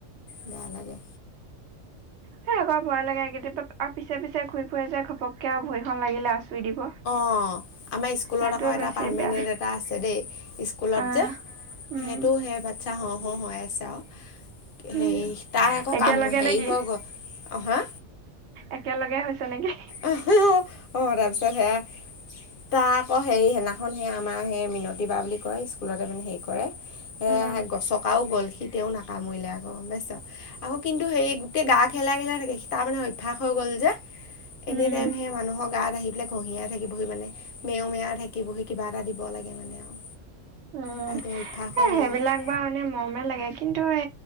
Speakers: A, on the left (about 55°); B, on the right (about 65°).
A: বেয়া লাগে।
B: সেই আকৌ ভয় লাগে এই আৰু পিছে - পিছে ঘুই ফুৰে যে ঘপকে আৰু ভৰিখন লাগিলে আচুৰি দিব।
A: অ, আমাৰ স্কুলত
B: সেইটো
A: আকৌ
B: বেছি
A: এটা পাৰ্মানেণ্ট
B: বেয়া
A: এটা আছে দেই স্কুলত
B: আহ
A: যে। সেইটো
B: উম
A: সে বাচ্ছা হ হৈ আছে আৰু।
B: উম
A: হেৰি তাৰ আকৌ
B: একেলগে
A: কাম হেৰি
B: নেকি
A: হৈ গ'ল অ, হা
B: একেলগে হৈছে নেকি।
A: আ হু - হু অ, তাৰপাচত হেয়া। তাৰ আকৌ হেৰি সেনাখন সে আমাৰ সেই মিনতি বা বুলি স্কুলতে মানে হে কৰে
B: উম
A: এছকাও গ'ল সি তেও নাকামুৰিলে। গম বাইছ আকৌ কিন্তু সেই গোটেই গা খেলা খেলা থাকে তাৰ মানে অভ্যয়াস হৈ গল যে। এনি
B: উম
A: টাইম সে মানুহক গাত আহি পেলাই ঘহিয়াই থাকিবহি মানেও মেও থাকিবহি কিবা এটা দিব লাগে মানে আৰু
B: উম,
A: তাৰ সেইটো অভ্যাস
B: হ
A: হৈ
B: সেইবিলাক
A: গ'ল আৰু
B: বাৰ এনে মৰমে লাগে কিন্তু টো হে